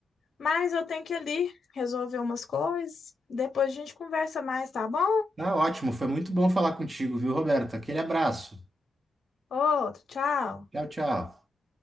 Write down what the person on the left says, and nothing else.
mas eu tenho que ir ali resolver umas coisas. Depois a gente conversa mais, tá bom?
Outro, tchau.